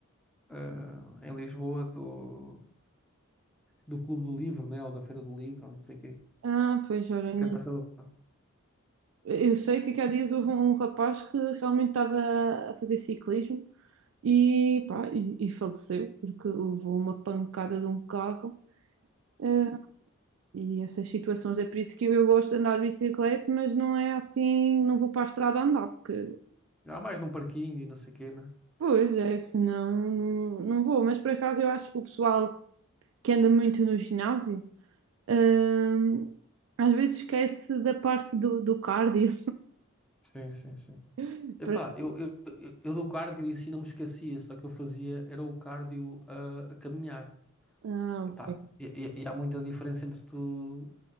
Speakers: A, in the centre; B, on the right (about 65°).
A: eh, em Lisboa do, do Clube do Livro, né, ou da Feira do Livro, ou não sei o quê.
B: Ah, pois olha,
A: Até
B: né,
A: passou
B: eu sei que aqui há dias houve um, rapaz que realmente estava a fazer ciclismo e, pá, e, e faleceu porque levou uma pancada de um carro. eh, e essas situações, é por isso que eu, eu gosto de andar de bicicleta, mas não é assim, não vou para a estrada andar, porque
A: há mais num parquinho e não sei o quê, né?
B: Pois é, senão não, não vou. Mas por acaso eu acho que o pessoal que anda muito no ginásio, hum, às vezes esquece da parte do, do cardio.
A: Sim, sim, sim.
B: <laughs>
A: Epá,
B: Por-
A: eu, eu, eu, eu do cardio em si não me esquecia, só que eu fazia era o cardio a, a caminhar.
B: Ah,
A: Epá,
B: ok.
A: e, e- e há muita diferença entre tu,